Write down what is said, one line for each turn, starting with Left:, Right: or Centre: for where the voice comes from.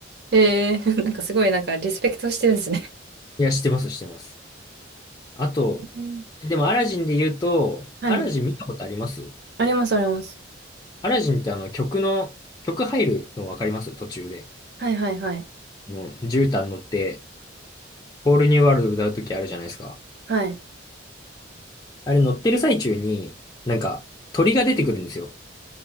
Right: えー、<laughs> なんかすごい、なんか、リスペクトしてるんですね。
Left: いや、してます、してます。あと、
Right: うん
Left: でもアラジンで言うと、
Right: はい。
Left: アラジン見たことあります
Right: あります、あります。
Left: アラジンってあの曲の、曲入るのわかります途中で。
Right: はいはいはい。
Left: あの、絨毯乗って、ホールニューワールド歌うときあるじゃないですか。
Right: はい。
Left: あれ乗ってる最中に、なんか鳥が出てくるんですよ。